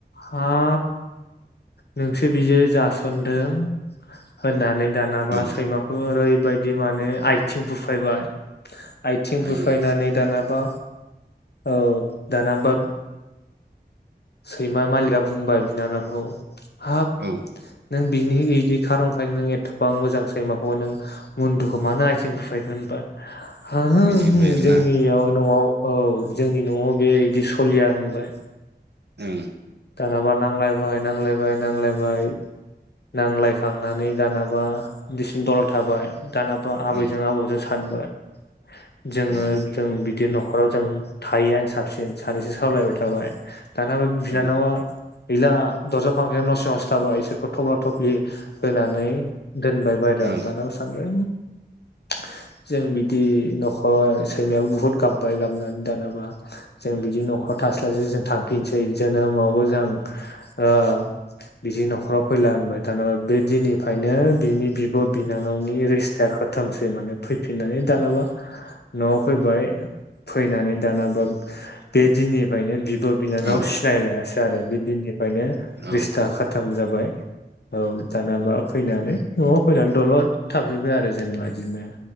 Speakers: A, on the left (about 70°); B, on the right (about 75°).
A: हाब नोंसो बिदि जासनदों होननानै दानाबा
B: ओं
A: सैमाखौ ओरैबायदि माने आइ आथिं बुफायबाय आथिं
B: आयै
A: बुफायनानै दानाबा औ दाना बा सैमा मालिकआ बुंबाय बिनानावखौ हाब
B: औ
A: नों बिनि बिदि खारनखायनो नों एथ'बां मोजांसैमाखौ नों मन्दुखौ मानो आइथिं बुफायखो होनबा ह हो
B: बिदि होनबाय आरोना
A: जोंनियाव न'आव औ जोंनि न'आव बे बिदि सलिया होनबाय
B: ओं
A: दानाबा नांलायबाय नांलायबाय नांलायबाय नांलायखांनानै दानाबा बिसिन दलद थाबाय दानाबा आबैजों
B: ओं
A: आबौजों सानै <inaudible> जोङो
B: उम
A: जों बिदि न'खराव जों थायोआनो साबसिन सानैसो सावलायबाय थाबाय दानाबा बिनानावा
B: औ ओं
A: गैला दरजा फांथेनानै न' सिङावसो थाबाय बिसोरखौ थफ्ला थफ्लि होनानै दोनबाय बाय बायाव
B: औ
A: दानाबा सानबाय <inaudible> जों बिदि न'खराव सैमायाबो बुहुत गाबबाय गाबनानै दानाबा जों बिदि न'खर थास्लाइ स्लाय जों थांफिननोसै जोनोमावबो जों ओ बिदि न'खराव फैला होनबाय दानाबा बे दिननिफ्रायनो बिनि बिब' बिनानावनि रिस्टाखौ खथामसै माने फैफिननानै दानाबा न'आव फैबाय फैनानै दाना बा बे दिननिफ्रायनो बिब' बिनानाव
B: औ
A: सिनायलायासै आरो बि दिननिफ्रायनो
B: औ
A: रिस्था खाथाम जाबाय। औ दानाबा फैनानै न'आव फैनानै दलद थाफैबाय आरो जेनेबा बिदिनो